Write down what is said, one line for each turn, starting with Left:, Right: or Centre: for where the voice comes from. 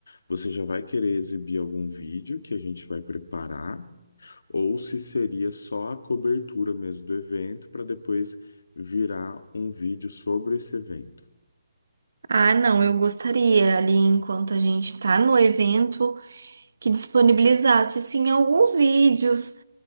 Left: você já vai querer exibir algum vídeo que a gente vai preparar, ou se seria só a cobertura mesmo do evento, para depois virar um vídeo sobre esse evento.
Right: Ah, não, eu gostaria ali enquanto a gente tá no evento que disponibilizasse assim alguns vídeos,